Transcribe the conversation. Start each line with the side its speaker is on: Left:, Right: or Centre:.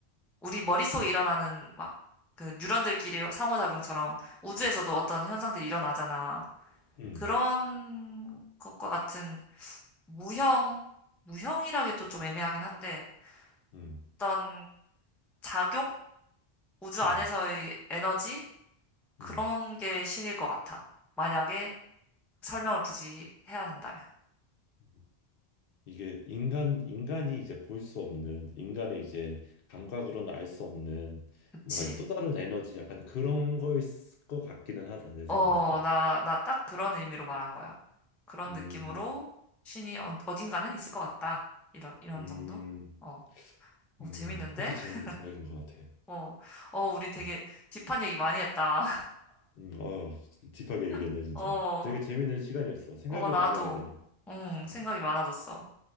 Centre: 우리 머릿속에 일어나는 막 그 뉴런들끼리 상호작용처럼 우주에서도 어떤 현상들이 일어나잖아.
Left: 음,
Centre: 그런 것과 같은 무형, 무형이라기도 좀 애매하긴 한데
Left: 음,
Centre: 어떤 작용? 우주 안에서의
Left: 음,
Centre: 에너지? 그런
Left: 음.
Centre: 게 신일 것 같아. 만약에 설명을 굳이 해야 한다면.
Left: 음. 이게 인간 인간이 이제 볼 수 없는 인간의 이제 감각으로는 알 수 없는
Centre: 그치.
Left: 뭔가 또 다른 에너지 약간 그런 거일 것 같기는 하다 내
Centre: 어,
Left: 생각도.
Centre: 나, 나 딱 그런 의미로 말한 거야. 그런
Left: 음,
Centre: 느낌으로 신이 어, 어딘가는 있을 것 같다. 이런, 이런
Left: 음,
Centre: 정도? 어, 어,
Left: 음.
Centre: 재밌는데?
Left: 그것도 재밌는
Centre: <laughs>
Left: 생각인 것 같아.
Centre: 어, 어, 우리 되게
Left: 음.
Centre: 딥한 얘기 많이 했다.
Left: 음, 어우, 딥하게 얘기했네,
Centre: <laughs>
Left: 진짜.
Centre: 어,
Left: 되게 재밌는 시간이었어. 생각을
Centre: 어, 나도,
Left: 많이 하게 되네.
Centre: 응,
Left: 음,
Centre: 생각이 많아졌어.